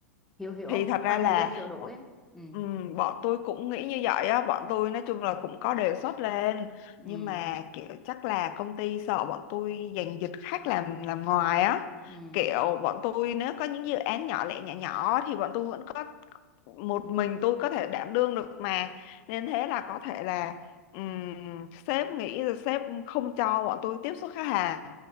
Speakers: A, in the centre; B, on the left (about 50°).
A: hiểu hiểu
B: thì
A: không
B: thật ra
A: khoảng
B: là
A: thời gian sửa đổi
B: ờ,
A: á ừ
B: ừm, bọn tôi cũng nghĩ như vậy á bọn tôi nói chung là cũng có đề xuất lên
A: ừ
B: nhưng mà kiểu chắc là công ty sợ bọn tôi giành giật khách làm làm ngoài á
A: ừ
B: kiểu bọn tôi nếu có những dự án nhỏ lẻ nhỏ nhỏ thì bọn tôi vẫn có một mình tôi có thể đảm đương được mà nên thế là có thể là ừm, sếp nghĩ là sếp không cho bọn tôi tiếp xúc khách hàng